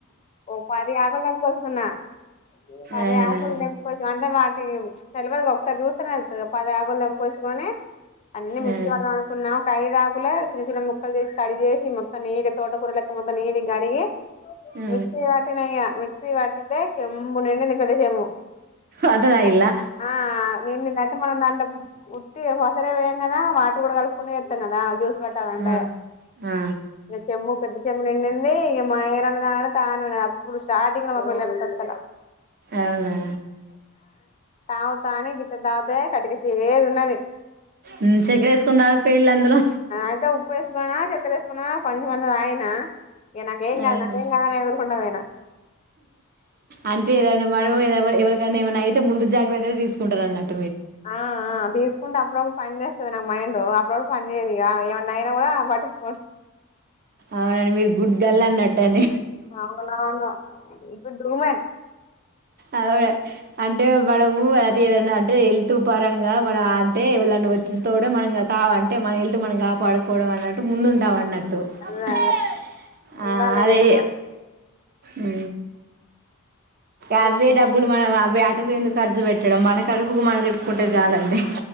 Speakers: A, on the left; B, on the right.
A: ఓ పది ఆకులు తెంపొచ్చుకున్నా పది
B: అవునా
A: ఆకులు తెం అంటే వాటి తెల్వదు గా ఒకసారి చూస్తనే పది ఆకులు తెంపుకొచుకొని అన్నీ మిక్సి
B: ఆ
A: పెడదాం అనుకున్నం కై తాగులే చిన్న చిన్న ముక్కలు చేసి కడి చేసి మొత్తండిళ్టి తోట కూరలక్క మొత్తం నీటి గడిగి
B: ఆ
A: మర్చ్చ వాటి నయార్ వాటితే చెమ్ముు నిండిందిప్పద్ద చెమ్ముు
B: అంత తాగిల్లా
A: అద ఆ నిన్న అత మనందాంట హసరే వేయం కదా వాటర్ కూడా కలుపుకునేస్తాం కదా జూ ఉంట
B: ఆ ఆ
A: చెమ్ పె చెమ్ నిండింది ఇక మాయరాలదా తాన అప్పుడు షాధంగ్ మా వెళ్ళ సంత
B: అవునా
A: తవతో అనే గత తాద కటి కసి ఏది ఉన్నది
B: ఉమ్, చక్కెర వేసుకొని తాగకపోయిల్లా అందులో
A: అంటే ఉప్పు వేసుకోన్నా చక్కెర వేసుకోనా కొంచెమంది రాయనా ఏ నాేం
B: అవునా
A: అద నాేం అదరు కొన్నావనా
B: అంటే ఏదనా మనమ ఇవకని నవ రై ముందు జాగ్రత్తగా తీసుకుంటారన్నట్టు
A: ఆ అ తీసుకుంట అప్పుడప్పుడు పని చేస్తది నాకు మైండ్ అప్పుడప్పు పని చేయదు ఇగా ఏమన్నాయినా కూడా పట్టించుకో
B: అవునండి మీరు గుడ్గిర్ల్ అన్నట్టు బెండ్
A: అవునవును ఇప్పుడు <unintelligible>
B: అదేకదా అంటే మనము అరే అంటే హెల్త్ పరంగా మన అంటే ఎవ్వలన్న వచ్చిన తోడే మనం ఇంగ కావాలంటే మన హెల్త్ మనం కాపాడుకోవడం అన్నట్టు ముందు ఉంటం అన్నట్టు
A: అదే
B: టు
A: అదే
B: ఆ
A: ఉండాలి
B: అదే
A: కదా
B: అ
A: మీకు
B: అవ్వే డబ్బులు మన అవి అటు ఎందుకు ఖర్జు పెట్టడం మన కడుపుకు మన నింపుకుంటే చాలండి